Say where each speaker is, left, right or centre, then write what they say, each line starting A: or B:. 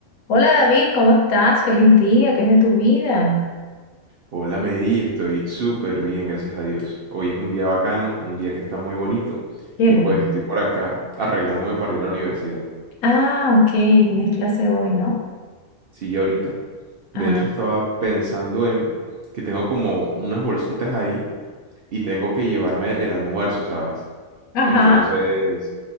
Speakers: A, on the left; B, on the right.
A: Hola David, ¿cómo estás? Feliz día, ¿qué es de tu vida?
B: Hola Mary, estoy súper bien, gracias a Dios. Hoy es un día bacano, un día que está muy bonito
A: Qué
B: y
A: bueno.
B: pues estoy por acá arreglándome para ir a la universidad.
A: Ah, ok, tienes clase hoy, ¿no?
B: Sí, ahorita.
A: Ah,
B: De hecho estaba pensando en que tengo como unas bolsitas ahí y tengo que llevarme el almuerzo, ¿sabes?
A: ajá.
B: Entonces,